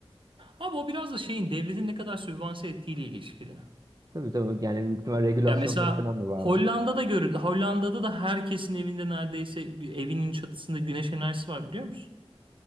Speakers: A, on the right (about 55°); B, on the right (about 40°).
A: Abi o biraz da şeyin devletin ne kadar sübvanse ettiğiyle ilişkili.
B: Tabii tabii yani büyük ihtimal regülasyonlara
A: Ya mesela
B: falan da bağlı.
A: Hollanda'da görüldü. Hollanda'da da herkesin evinde neredeyse evinin çatısında güneş enerjisi var biliyor musun?